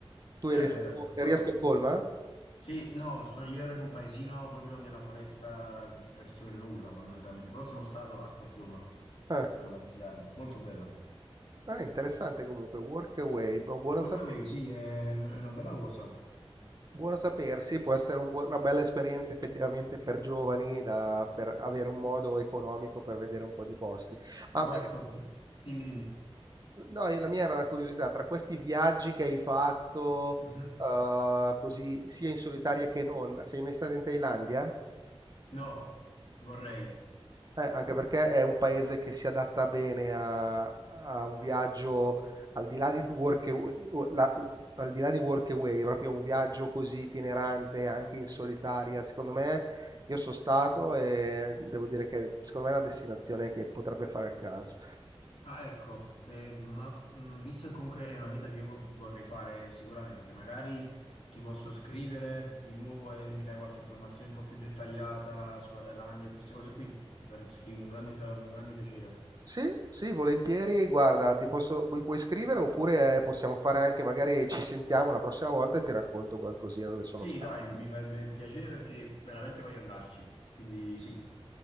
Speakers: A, on the right; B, on the left.
A: Tu
B: È
A: eri a,
B: bella
A: Stocco-
B: città.
A: eri a Stoccolma?
B: Sì, no, so- io ero in un paesino proprio nella foresta disperso nel nulla fondamentalmente, però sono stato a Stoccolma,
A: Ah.
B: sono andato a visitarla, molto bella.
A: Ah, interessante comunque, Workaway, boh, buono,
B: Workaway,
A: sape-
B: sì, è, è una bella cosa,
A: buono sapersi, può essere un buo- una bella esperienza effettivamente per giovani, da- per avere un modo economico per vedere un po' di posti. Ma,
B: ma poi
A: ma-
B: ecco, più- dimmi, dimmi.
A: no, la mia era una curiosità, tra questi viaggi che hai fatto,
B: Mhm.
A: eh, così, sia in solitaria che non, sei mai stato in Thailandia?
B: No, vorrei.
A: Eh, anche perché è un paese che si adatta bene a, a un viaggio al di là di work, o- la- al di là di work away, proprio un viaggio così itinerante, anche in solitaria. Secondo me, io sono stato e devo dire che secondo me è una destinazione che potrebbe fare il caso.
B: Ah, ecco, eh, ma mh, visto che comunque è una meta che io vorrei fare sicuramente, magari ti posso scrivere di nuovo e mi dai qualche informazione un po' più dettagliata sulla Thailandia e queste cose qui, mi faresti un grande fa- un grande piacere.
A: Sì, sì, volentieri. Guarda, ti posso, mi puoi scrivere oppure eh, possiamo fare anche, magari ci sentiamo la prossima volta e ti racconto qualcosina dove sono
B: Sì,
A: stato.
B: dai, mi farebbe piacere perché veramente voglio andarci. Quindi sì,